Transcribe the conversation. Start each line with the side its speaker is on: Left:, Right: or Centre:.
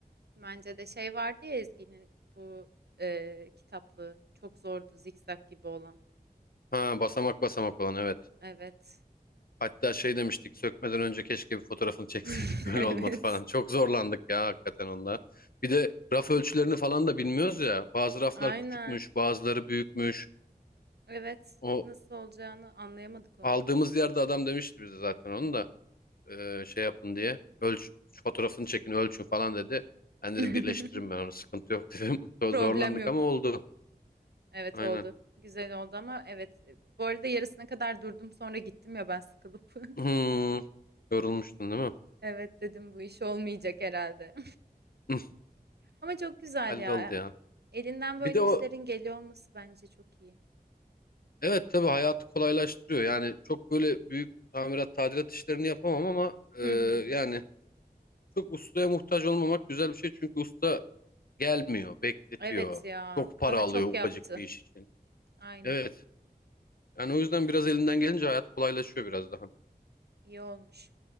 Right: Bence de şey vardı ya Ezgi'nin bu e, kitaplığı çok zordu zikzak gibi olan.
Left: Ha basamak basamak olan evet.
Right: Evet.
Left: Hatta şey demiştik sökmeden önce keşke bir fotoğrafını çekseydik
Right: <laughs>
Left: <laughs> böyle
Right: Evet.
Left: olmadı falan. Çok zorlandık ya hakikaten onda. Bir de raf ölçülerini falan da bilmiyoruz ya. Bazı raflar
Right: Aynen.
Left: küçükmüş, bazıları büyükmüş.
Right: Evet.
Left: O
Right: Nasıl olacağını anlayamadık onun.
Left: aldığımız yerde adam demişti bize zaten onu da e, şey yapın diye. Ölç, fotoğrafını çekin ölçün falan dedi. Ben dedim
Right: <laughs>
Left: birleştiririm ben onu sıkıntı yok dedim. <laughs> Zorlandık
Right: Problem yok.
Left: ama oldu.
Right: Evet
Left: Aynen.
Right: oldu. Güzel oldu ama evet. Bu arada yarısına kadar durdum sonra gittim ya ben sıkılıp.
Left: Hmm,
Right: <laughs>
Left: yorulmuştun değil mi?
Right: Evet dedim bu iş olmayacak herhalde.
Left: <laughs>
Right: Ama çok güzel
Left: Halloldu
Right: ya.
Left: ya.
Right: Elinden
Left: Bir
Right: böyle
Left: de o
Right: işlerin geliyor olması bence çok iyi.
Left: Evet tabii hayatı kolaylaştırıyor. Yani çok böyle büyük tamirat tadilat işlerini yapamam ama e,
Right: Hı hı.
Left: yani çok ustaya muhtaç olmamak güzel bir şey. Çünkü usta gelmiyor, bekletiyor.
Right: Evet ya.
Left: Çok para
Right: Bana
Left: alıyor
Right: çok
Left: ufacık
Right: yaptı.
Left: bir iş için.
Right: Aynen.
Left: Evet. Yani o yüzden biraz elinden gelince hayat kolaylaşıyor biraz daha.
Right: İyi olmuş.